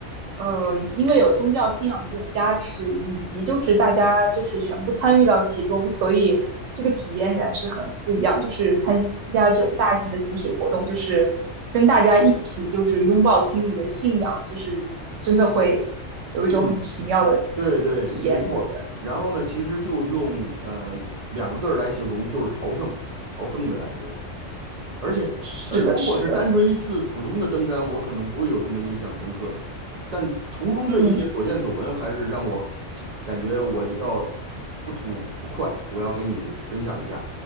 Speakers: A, on the right; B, on the right.
A: 呃，因为有宗教信仰的这种加持，以及就是大家就是全部参与到其中，所以这个体验感是很不一样。就是参加这种大型的集体活动，就是跟大家一起就是拥抱心里的信仰，就是真的会有一种很奇妙的
B: 嗯，对对，
A: 体验。
B: 没错。
A: 对的，
B: 然后呢，其实就用呃两个字儿来形容，就是朝圣，朝圣的感觉。而且，
A: 是的，
B: 呃，如果是单纯一次普通的登山，
A: 是的，
B: 我可能不会有这么印象深刻，但途中的一些所见所闻，
A: 嗯，
B: 还是让我感觉我就要不吐不快。我要给你分享一下，